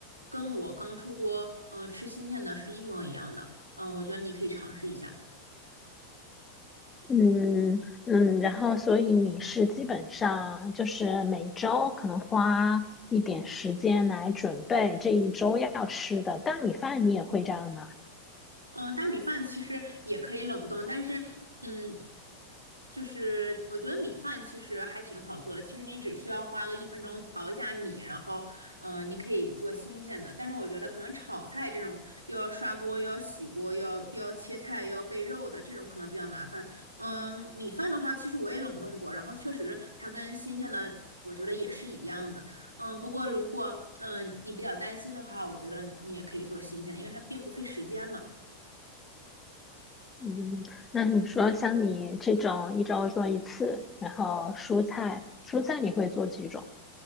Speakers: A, on the right; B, on the left.
A: 跟我刚出锅，嗯、吃新鲜的是一模一样的。嗯、我觉得你可以尝试一下。
B: 嗯嗯，然后所以你是基本上就是每周可能花一点时间来准备这一周要吃的大米饭，你也会这样吗？
A: 嗯、大米饭其实也可以冷冻，但是，嗯，就是我觉得米饭其实还挺好做的，其实你只需要花个一分钟淘一下米，然后，嗯、你可以做新鲜的。但是我觉得可能炒菜这种又要刷锅，又要洗锅，又要又要切菜，又要备肉的这种可能比较麻烦。嗯，米饭的话，其实我也冷冻过，然后确实它跟新鲜的，我觉得也是一样的。嗯，不过如果嗯你比较担心的话，我觉得你也可以做新鲜的，因为它并不费时间嘛。
B: 嗯，那你说像你这种一周做一次，然后蔬菜，蔬菜你会做几种？